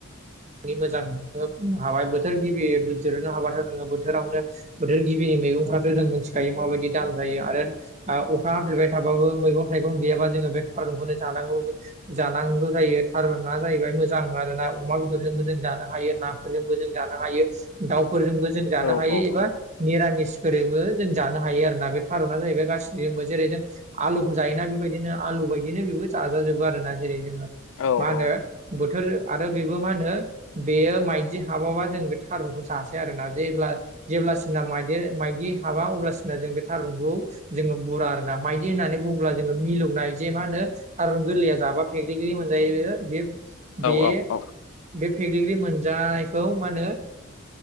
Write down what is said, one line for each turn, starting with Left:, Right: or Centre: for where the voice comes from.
Right: मोजां नों <unintelligible> हाबाय बोथोर गिबि जिरनो हाबाथ' नोङो बोथोरावनो बोथोर गिबिनि मैगंफ्राथ' जों मिथिखायो माबायदि दाम जायो आरो अखा हाफैबाय थाबाबो मैगं थाइगं गैयाबा जोङो बे थारुनखौनो जानांगौ जानांगौ जायो थारुना जाहैबाय मोजां आरोना अमा बेदर बो जों जानो हायो नाफोरजोंबो जों जानो हायो दाउफोरजोंबो जों जानो
Left: औ
Right: हायो
Left: औ
Right: एबा
Left: औ
Right: निरामिसफोरैबो जों जानो हायो आरो ना बे थारूना जाहैबाय गासिनिबो जेरै जों आलुखौ जायोना बेबायदिनो आलु बायदिनो बेबो जाजाजोबो आरोना जेरै जोङो
Left: औ
Right: मा होनो
Left: औ
Right: बोथोर आरो बेबो मा होनो बेयो माइदि हाबाबा जों बे थारुनखौ जासै आरोना जेब्ला जेब्लासिना माइदेर माइदि हाबा अब्लासिना जों बे थारुनखौ जोङो बुरा आरोना मायदि होननानै बुङोब्ला जोङो मिलौनाय जे मा होनो थारून गोरलैया जाबा पेकलिकलि मोनजायो बे बे बे
Left: औ औ
Right: बे फेगलिग्रि मोनजानायखौ मा होनो